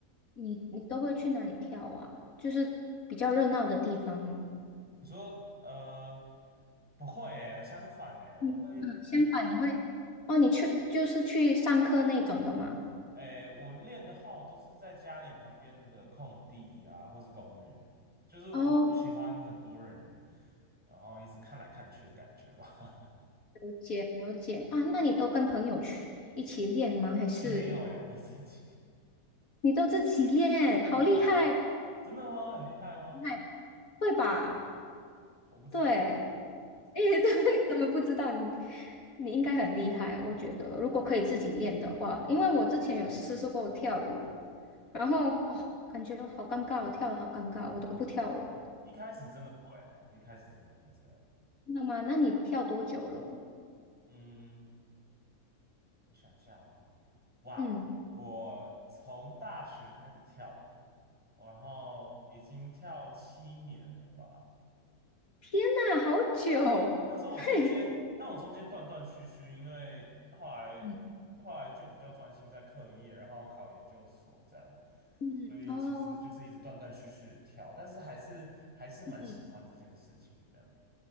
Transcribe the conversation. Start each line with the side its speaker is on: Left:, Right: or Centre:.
Left: 你你都会去哪里跳啊？就是比较热闹的地方吗？
Centre: 你说呃，不会诶，相反诶，我会，
Left: 嗯嗯，相反你会
Centre: 我不。
Left: 哦，你去就是去上课那种的吗？
Centre: 诶，我练的号都是在家里旁边的空地啊，或是公园，就是我不喜欢很多人，
Left: 哦，
Centre: 然后一直看来看去的感觉吧。<laughs>
Left: 了解了解啊，那你都跟朋友去一起练吗？还是
Centre: 诶，没有诶，我都自己。
Left: 你都自己练？好厉害哦，
Centre: 对啊，真的吗？很厉害吗？
Left: 厉害会吧？
Centre: 我不知道欸我不知道。
Left: 对，诶，<laughs> 怎么你怎么不知道？你你应该很厉害，我觉得如果可以自己练的话，因为我之前有试试过跳舞。然后哦，感觉好尴尬哦，我跳的好尴尬，我都不跳了。
Centre: 一开始真的会啊，一开始真的会这样。
Left: 那吗？那你跳多久了？
Centre: 嗯，我想一下哦。哇哦，
Left: 嗯，
Centre: 我从大学开始跳的，然后已经跳七年了吧。
Left: 那好久。
Centre: 但是我中间，
Left: 对
Centre: 但我中间断断续续，因为后来
Left: 嗯，
Centre: 后来就比较专心在课业，然后考研究所这样，
Left: 嗯，
Centre: 所以其实就是一直断断续续的跳，
Left: 哦，
Centre: 但是还是还是蛮喜欢这件事情。
Left: 嗯嗯
Centre: 这样，